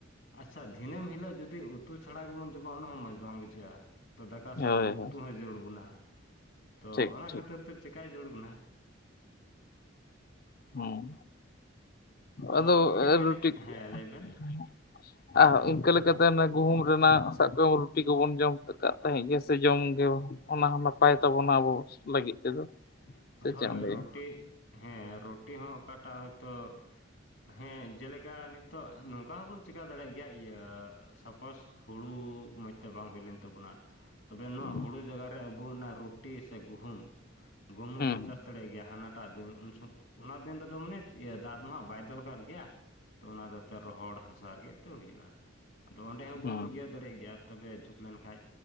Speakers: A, on the left; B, on the left.
A: ᱟᱪᱪᱷᱟ ᱫᱤᱱᱟᱹᱢ ᱦᱤᱞᱳᱜᱡᱩᱫᱤ ᱩᱛᱩ ᱪᱷᱟᱲᱟᱜ ᱜᱮᱵᱚᱱ ᱡᱚᱢᱟ ᱚᱱᱟ ᱦᱚᱸᱚᱸᱚᱡᱽ ᱵᱟᱝ ᱵᱩᱡᱷᱟᱹᱜᱼᱟ ᱛᱚ ᱫᱟᱠᱟ ᱥᱟᱶ
B: ᱦᱳᱭ
A: ᱟᱵᱚ
B: ᱦᱳᱭ
A: ᱩᱛᱩ ᱦᱚᱸ ᱡᱟᱹᱨᱩᱲ ᱵᱚᱱᱟ ᱛᱚ
B: ᱴᱷᱤᱠ
A: ᱚᱱᱟ
B: ᱴᱷᱤᱠ
A: ᱠᱷᱟᱹᱛᱤᱨ ᱛᱮ ᱪᱮᱠᱟᱭ ᱡᱟᱨᱩᱲ ᱠᱟᱱᱟ
B: ᱦᱸ
A: ᱛᱚ
B: ᱟᱫᱚ
A: ᱜᱚᱝᱠᱮ ᱢᱮᱱᱮᱫ
B: ᱨᱩᱴᱤ
A: ᱦᱮᱸ ᱞᱟᱹᱭ ᱵᱮᱱ
B: <inaudible> ᱟᱨ ᱤᱱᱠᱟᱹ ᱞᱮᱠᱟᱛᱮ ᱚᱱᱟ ᱜᱩᱦᱩᱢ ᱨᱮᱱᱟᱜ ᱥᱟᱵᱠᱚᱢᱮ ᱨᱩᱴᱤ ᱠᱚᱵᱚᱱ ᱡᱚᱢ ᱠᱟᱜ ᱛᱟᱦᱮᱸᱜ ᱜᱮ ᱥᱮ ᱡᱚᱢ ᱜᱮ ᱚᱱᱟ ᱦᱚᱸ ᱱᱟᱯᱟᱭ ᱛᱟᱵᱚᱱᱟ ᱟᱵᱚ ᱞᱟᱹᱜᱤᱫ ᱛᱮᱫᱚ᱾ ᱥᱮ
A: ᱦᱳᱭ
B: ᱪᱮᱫ ᱮᱢ ᱞᱟᱹᱭᱟ
A: ᱨᱩᱴᱤ ᱦᱮᱸ ᱨᱩᱴᱤ ᱦᱚᱸ ᱚᱠᱟᱴᱟᱜ ᱦᱚᱳᱭᱛᱳ ᱦᱮᱸ ᱡᱮᱞᱮᱠᱟ ᱱᱤᱛᱚᱜ ᱱᱚᱝᱠᱟ ᱦᱚᱸᱵᱚᱱ ᱪᱮᱠᱟ ᱫᱟᱲᱮᱭᱟᱜ ᱜᱮᱭᱟ ᱤᱭᱟᱹ ᱥᱟᱯᱳᱥ ᱦᱩᱲᱩ ᱢᱚᱡᱽ ᱛᱮ ᱵᱟᱝ ᱦᱩᱭ ᱞᱮᱱ ᱛᱟᱵᱚᱱᱟ ᱛᱚᱵᱮ ᱱᱚᱣᱟ
B: ᱦᱩᱸ
A: ᱦᱩᱲᱩ ᱡᱟᱜᱟ ᱨᱮ ᱟᱵᱚ ᱚᱱᱟ ᱨᱩᱴᱤ ᱥᱮ ᱜᱩᱦᱩᱢ? ᱜᱩᱦᱩᱢ
B: ᱦᱩᱸ
A: ᱦᱚᱸᱵᱚᱱ ᱪᱟᱥ ᱫᱟᱲᱮᱭᱟᱜ ᱜᱮᱭᱟ᱾ ᱦᱟᱱᱟᱴᱟᱜ ᱫᱤᱱ ᱩᱱ ᱥ ᱚᱱᱟ ᱫᱤᱱ ᱨᱮᱫᱚ ᱢᱟᱱᱮ ᱤᱭᱟᱹ ᱫᱟᱜ ᱢᱟ ᱵᱟᱭ ᱫᱚᱨᱠᱟᱨ ᱜᱮᱭᱟ᱾ ᱛᱚ ᱚᱱᱟᱫᱚ ᱛᱮ ᱨᱚᱦᱚᱲ ᱦᱟᱥᱟ ᱨᱮᱜᱮᱛᱚ ᱦᱩᱭᱩᱜᱼᱟ᱾ ᱟᱫᱚ ᱚᱸᱰᱮ ᱦᱚᱸᱵᱚᱱ
B: ᱦᱩᱸ
A: ᱤᱭᱟᱹ ᱫᱟᱲᱮᱜ ᱜᱮᱭᱟ ᱛᱚᱵᱮ ᱡᱷᱩᱠ ᱞᱮᱱᱠᱷᱷᱟ